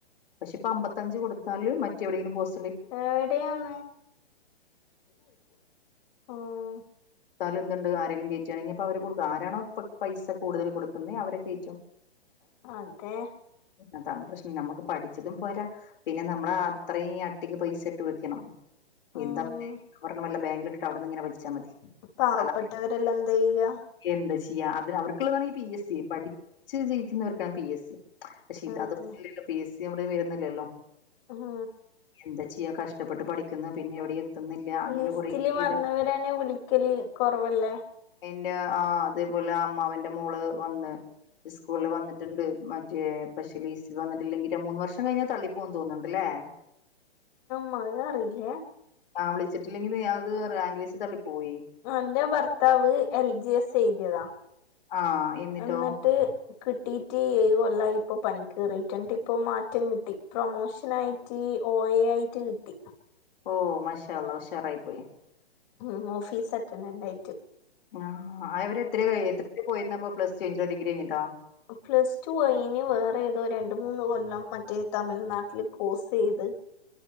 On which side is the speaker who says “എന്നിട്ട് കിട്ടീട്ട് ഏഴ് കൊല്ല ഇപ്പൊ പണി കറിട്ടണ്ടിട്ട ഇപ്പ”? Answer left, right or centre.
Left